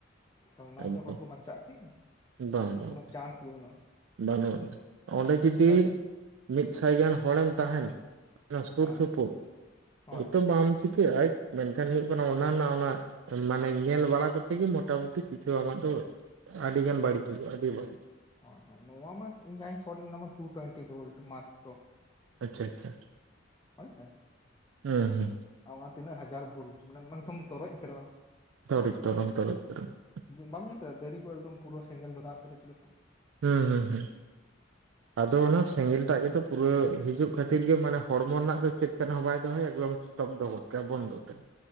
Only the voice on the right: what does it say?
ᱮᱠᱫᱚᱢ
ᱵᱟᱝ ᱵᱟᱝ
ᱵᱟᱹᱱᱩᱜ ᱟᱱᱟ᱾ ᱚᱸᱰᱮ ᱡᱩᱫᱤ
ᱢᱤᱫ ᱥᱟᱭ ᱜᱟᱱ ᱦᱚᱲᱮᱢ ᱛᱟᱦᱮᱱᱟ ᱚᱱᱟ ᱥᱩᱨ
ᱥᱩᱯᱩ
ᱦᱚᱭᱛᱚ ᱵᱟᱢ ᱪᱤᱠᱟᱹᱜ-ᱟ ᱢᱮᱱᱠᱷᱟᱱ ᱦᱳᱭᱳᱜ ᱠᱟᱱᱟ ᱚᱱᱟ ᱨᱮᱱᱟᱜ ᱚᱱᱟ ᱢᱟᱱᱮ ᱧᱮᱞ ᱵᱟᱲᱟ ᱠᱚᱛᱮ ᱜᱮ ᱢᱚᱴᱟᱢᱩᱴᱤ ᱠᱤᱪᱷᱩ ᱟᱢᱟᱜ ᱫᱚ ᱟᱹᱰᱤ ᱜᱟᱱ ᱵᱟᱹᱲᱤᱡ ᱵᱩᱡᱷᱟᱹᱜ-ᱟ, ᱟᱹᱰᱤ ᱵᱟᱹᱲᱤᱡ᱾
ᱟᱪᱪᱷᱟ ᱟᱪᱪᱷᱟ
ᱦᱩᱸ ᱦᱩᱸ
<inaudible>
ᱦᱩᱸ ᱦᱩᱸ ᱦᱩᱸ
ᱟᱫᱚ ᱚᱱᱟ ᱥᱮᱸᱜᱮᱞ ᱴᱟᱜ ᱜᱮᱛᱚ ᱯᱩᱨᱟᱹ ᱦᱤᱡᱩᱜ ᱠᱷᱟᱹᱛᱤᱨ ᱜᱮ ᱢᱟᱱᱮ ᱦᱚᱲᱢᱚ ᱨᱮᱱᱟᱜ ᱫᱚ ᱪᱮᱫ ᱛᱮᱦᱚᱸ ᱵᱟᱭ ᱫᱚᱦᱚ ᱮᱠᱫᱚᱢ ᱥᱛᱚᱵᱫᱚ ᱜᱚᱫ ᱠᱟ ᱟᱭ ᱵᱚᱱᱫᱚ ᱩᱛᱟ. ᱨ